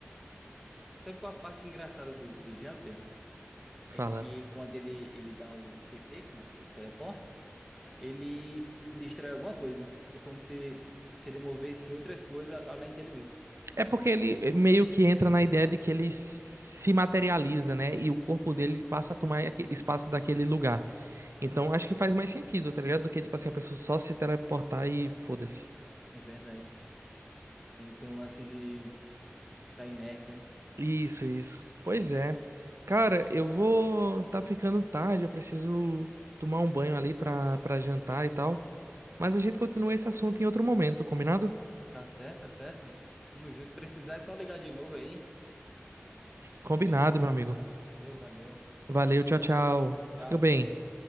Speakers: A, in the centre; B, on the right.
A: Sabe qual a parte engraçada do, do Jumper?
B: Fala.
A: É que quando ele, ele dá o TP, que, né, que é o teleporte, ele destrói alguma coisa. É como se, se ele movesse outras coisas além dele mesmo.
B: É porque ele eh, meio que entra na ideia de que ele se materializa, né? E o corpo dele passa a tomar aque- espaço daquele lugar. Então, acho que faz mais sentido, tá ligado? Do que, tipo assim, a pessoa só se teleportar e foda-se.
A: É verdade. Tem, tem um lance de, da inércia, né?
B: Isso, isso. Pois é. Cara, eu vou. Tá ficando tarde, eu preciso tomar um banho ali pra, pra jantar e tal. Mas a gente continua esse assunto em outro momento, combinado?
A: Tá certo, tá certo. Tamo junto. Precisar é só ligar de novo aí.
B: Combinado,
A: Sim.
B: meu amigo.
A: Valeu, valeu.
B: Valeu, tchau, tchau. Fica
A: Tchau,
B: bem.
A: tchau.